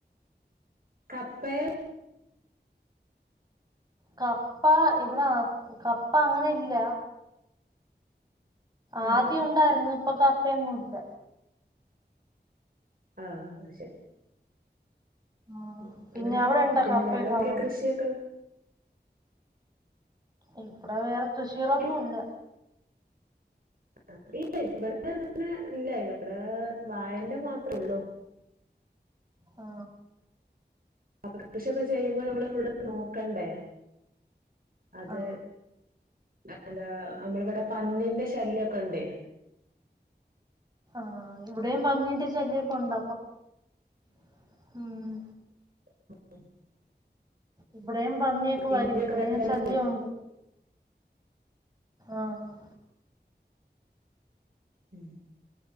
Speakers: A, on the right; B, on the right.
A: കപ്പേ
B: കപ്പ ഇവിട അ കപ്പ അങ്ങനെ ഇല്ല. ആദ്യം
A: ആഹ്
B: ഉണ്ടായിരുന്നു ഇപ്പൊ ക <unintelligible> എങ്ങുല്ല
A: ആഹ് അത് ശരി
B: ഉം.
A: മ്
B: പിന്നെ
A: അങ്ങനെ
B: അവിടെ ഉണ്ടോ
A: പിന്നെ
B: കപ്പയൊക്കെ
A: വേറെ
B: അവിടെ
A: <unintelligible>
B: ഉണ്ട്.
A: കൃഷിയൊക്കെ
B: ഇപ്പോ വേറെ കൃഷികളൊന്നും
A: ഇ-
B: ഇല്ല
A: <inaudible> ഇല്ല ഇവിടെ വായെന്റെ മാത്രേള്ളൂ
B: ആ,
A: <inaudible> കൃഷിയൊക്ക ചെയ്യുമ്പ നമ്മള് ഫുള്ള് നോക്കണ്ടേ അത്
B: ആ,
A: <unintelligible> നമ്മളിവിടെ പന്നിന്റെ ശല്യൊക്കെ ഇണ്ടേ
B: ആഹ് ഇവിടെയും പന്നീന്റെ ശല്യോക്കെ ഒണ്ട <unintelligible> മ്ഹ്
A: <unintelligible>
B: ഇവിടെയും പന്നിയൊക്കെ
A: വേലിയൊക്കെ
B: വരും ഇവിടെയും
A: കെട്ടാൻ
B: ശല്യം ഒണ്ട് ആഹ്
A: ഉം